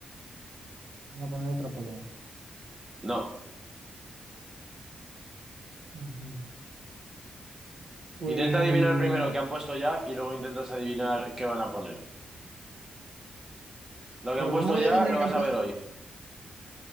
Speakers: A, on the right (about 55°); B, on the right (about 20°).
A: Van a poner otra polea.
B: No.
A: Ujú. Eh,
B: Intenta adivinar primero qué han puesto ya y luego intentas adivinar qué van a poner. Lo que
A: pero
B: han puesto
A: ¿cómo voy
B: ya
A: a adivinar
B: lo
A: que
B: vas
A: han
B: a
A: puesto?
B: ver hoy.